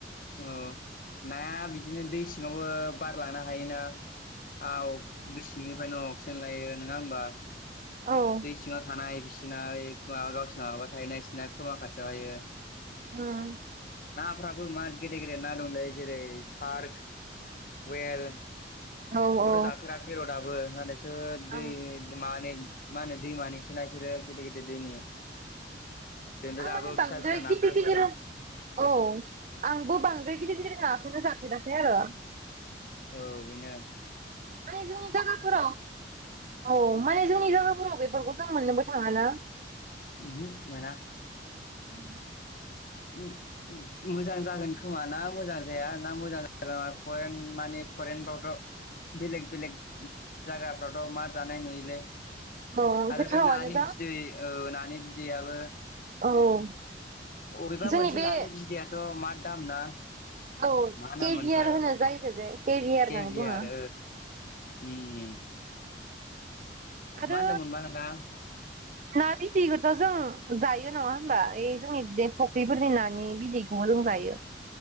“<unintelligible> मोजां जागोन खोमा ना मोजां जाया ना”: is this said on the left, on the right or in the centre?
Left